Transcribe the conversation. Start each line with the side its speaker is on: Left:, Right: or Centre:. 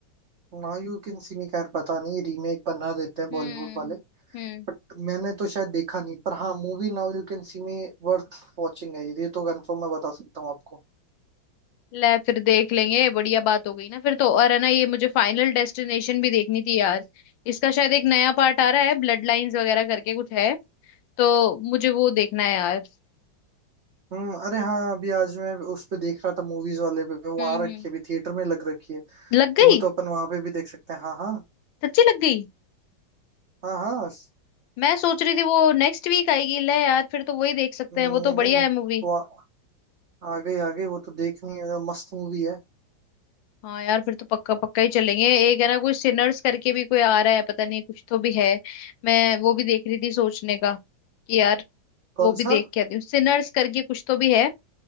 Right: Now you can see me खैर पता नहीं रीमेक बना देते हैं बॉलीवुड
Left: हम्म
Right: वाले
Left: हम्म
Right: बट मैंने तो शायद देखा नहीं पर हाँ movie now you can see me worth watching है ये तो कंफर्म मैं बता सकता हूँ आपको
Left: ले फिर देख लेंगे बढ़िया बात हो गई ना फिर तो और है ना ये मुझे फाइनल डेस्टिनेशन भी देखनी थी यार इसका शायद एक नया पार्ट आ रहा है ब्लड लाइंस वगैरह करके कुछ है तो मुझे वो देखना है यार
Right: हम्म अरे हाँ अभी आज मैं उस पे देख रहा था मूवीज वाले पे वहां
Left: हम्म
Right: रखी
Left: हम्म
Right: है अभी थिएटर में लग रखी है
Left: लग
Right: तो
Left: गई
Right: वो तो अपन वहां पे भी देख सकते हैं हाँ हाँ
Left: सच्ची लग गई
Right: हाँ हाँ स-
Left: मैं सोच रही थी वो नेक्स्ट वीक आएगी ले यार फिर तो वही देख सकते
Right: हम्म,
Left: हैं वो
Right: नहीं
Left: तो बढ़िया
Right: नहीं
Left: है मूवी
Right: वो आ आ गई आ गई वो तो देखनी है मस्त मूवी है
Left: हाँ यार फिर तो पक्का पक्का ही चलेंगे एक है ना कोई सिनर्स करके भी कोई आ रहा है पता नहीं कुछ तो भी है मैं वो भी देख रही थी सोचने का कि यार
Right: कौन
Left: वो भी
Right: सा
Left: देख के आती हूँ सिनर्स करके कुछ तो भी है